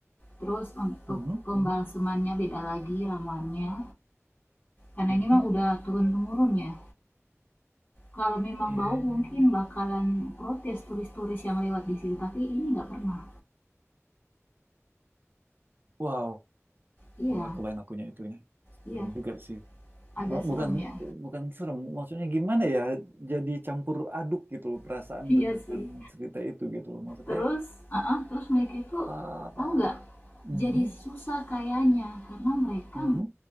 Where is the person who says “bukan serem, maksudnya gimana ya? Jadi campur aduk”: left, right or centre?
Right